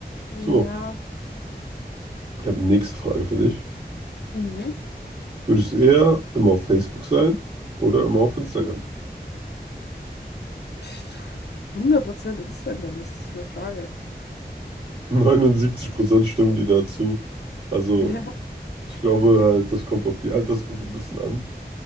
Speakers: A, on the left; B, on the right.
A: Ja,
B: So, ich habe die nächste Frage für dich.
A: Mhm.
B: Würdest du eher immer auf Facebook sein oder immer auf Instagram?
A: pff, 100% Instagram, was ist das für eine Frage?
B: <laughs> 79% stimmen die dazu. Also,
A: Ja,
B: ich glaube halt, das kommt auf die Altersgruppe ein bisschen an.